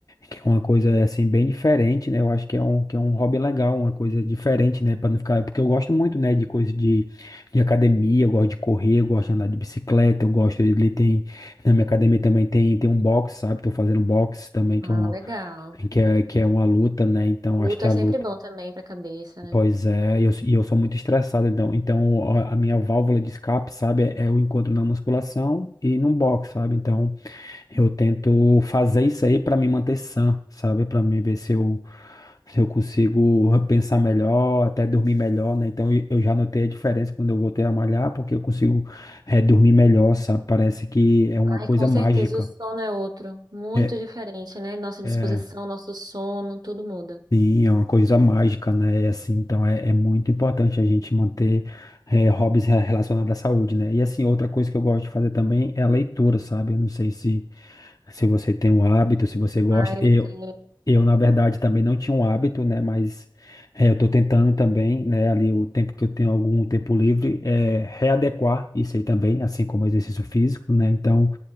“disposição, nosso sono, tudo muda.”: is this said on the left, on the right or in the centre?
Right